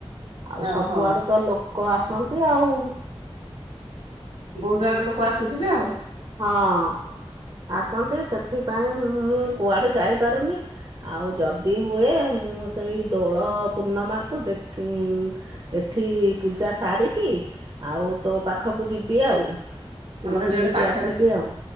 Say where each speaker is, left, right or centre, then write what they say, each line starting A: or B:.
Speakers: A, on the right; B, on the right.
A: ଆଉ
B: ଓହୋ
A: ସବୁଆଡୁ ତ ଲୋକ ଆସ ନ୍ତି ଆଉ
B: ବହୁତ ଆଡୁ ଲୋକ ଆସୁଥିବେ ଆଉ।
A: ହଁ ଆସନ୍ତି ସେଥିପାଇଁ ମୁଁ କୁଆଡେ ଯାଇପାରୁନି ଆଉ ଯଦି ହୁଏ ମୁଁ ସେଇ ଦୋଳ ପୂର୍ଣ୍ଣମାକୁ ଦେଖି ଇଁ ଏଠି ପୂଜା ସାରିକି ଆଉ ତୋ ପାଖକୁ ଯିବି ଆଉ। ଟିକେ
B: ଆମର ଏଠି
A: ବୁଲିକି
B: ଗୋଟେ ପାଖରେ
A: ଆସିବି ଆଉ